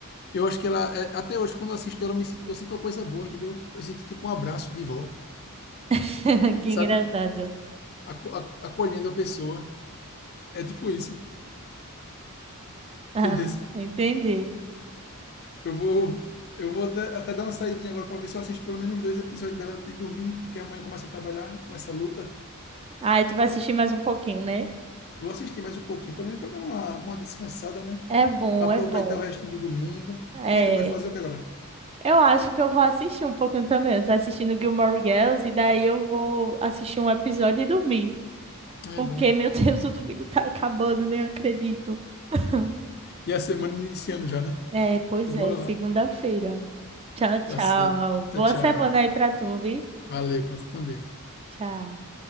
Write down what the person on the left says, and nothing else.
Eu acho que ela, é, até hoje, quando eu assisto ela, eu, me, sinto- eu sinto uma coisa boa, entendeu? Eu sinto tipo um abraço de vó,
sabe?
Aco- a- Acolhendo a pessoa. É tipo isso,
entendeu?
Eu vou, eu vou da- até dar uma saidinha agora para ver se eu assisto pelo menos dois episódios dela antes de dormir, porque amanhã começa a trabalhar, começa a luta.
Vou assistir mais um pouquinho, pelo menos para dar uma, uma descansada, né?
Aproveitar
o restinho do domingo.
E tu vai fazer o que agora?
É bom.
E a semana iniciando já, né?
Então, bora
lá.
Tá certo.
Tá, tchau.
Valeu para tu também.